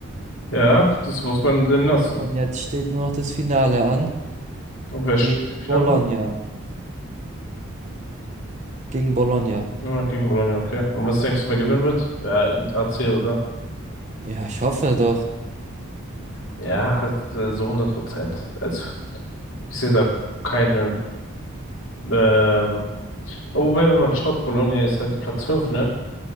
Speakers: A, on the left (about 65°); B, on the right (about 35°).
A: Ja, das muss man denn lassen.
B: Und jetzt steht nur noch das Finale an
A: Und wer spielt
B: gegen
A: im Finale?
B: Bologna. Gegen Bologna.
A: Ja, gegen Bologna, okay. Und was denkst du, wer gewinnen wird? Ja, AC, oder?
B: Ja, ich hoffe doch.
A: Ja, halt, äh, so 100 Prozent. Also, ich sehe da keine, ähm, wobei, wenn man schaut, Bologna ist halt Platz 5 ne?